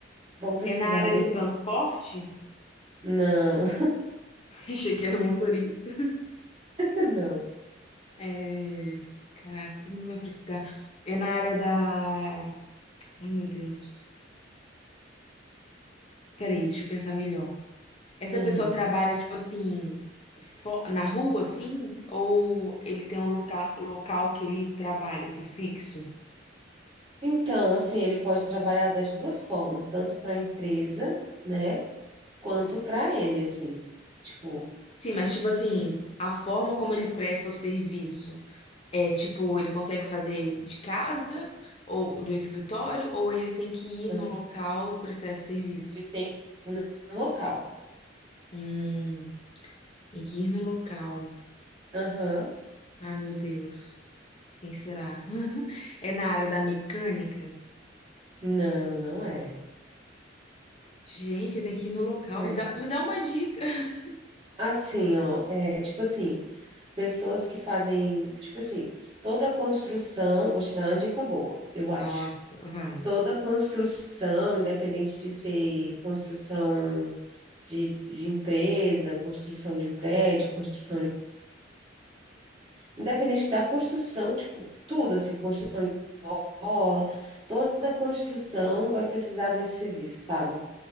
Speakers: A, on the right; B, on the left.
A: vão precisar
B: é na área
A: desse.
B: de transporte?
A: Não,
B: <laughs> Achei que era um motorista.
A: <laughs> não.
B: É... Caraca, todo mundo vai precisar. É na área da. Ai, meu Deus. Peraí, deixa eu pensar melhor. Essa
A: Uhum.
B: pessoa trabalha, tipo assim, fo- na rua, assim? Ou ele tem um loca... local que ele trabalha, assim, fixo?
A: Então, assim, ele pode trabalhar das duas formas, tanto para a empresa, né, quanto para ele, assim. Tipo,
B: Sim, mas, tipo assim, a forma como ele presta o serviço é, tipo, ele consegue fazer de casa ou do escritório? Ou ele tem que ir
A: não.
B: no local prestar esse serviço?
A: Ele tem que ir no no local.
B: Hum, tem que ir no local.
A: Aham.
B: Ai, meu Deus. Quem será? <laughs> É na área da mecânica?
A: Não, não é.
B: Gente, tem que ir no local.
A: Não é.
B: Me dá, me dá uma dica. <laughs>
A: Assim, ó, é tipo assim, pessoas que fazem, tipo assim, toda construção, vou te dar uma dica boa, eu
B: Nossa,
A: acho.
B: vai.
A: Toda construção, independente de ser construção de, de empresa, construção de prédio, construção de, independente da construção, tipo, tudo assim, construção de escola, toda construção vai precisar desse serviço, sabe?